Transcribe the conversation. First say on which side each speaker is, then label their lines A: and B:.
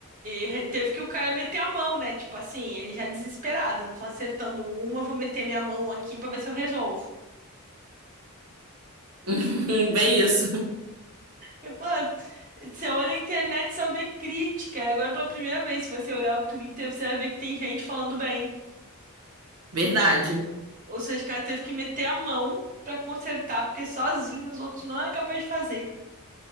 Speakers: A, on the right; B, on the right.
A: e teve que o cara meter a mão, né? Tipo assim, ele já desesperado, não tô acertando uma, vou meter minha mão aqui pra ver se eu resolvo.
B: <laughs> Bem isso.
A: Eu falo, "Ah, Você olha a internet e só vê crítica. Agora, pela primeira vez, se você olhar o Twitter, você vai ver que tem gente falando bem.
B: Verdade.
A: Ou seja, o cara teve que meter a mão pra consertar, porque sozinho os outros não eram capazes de fazer.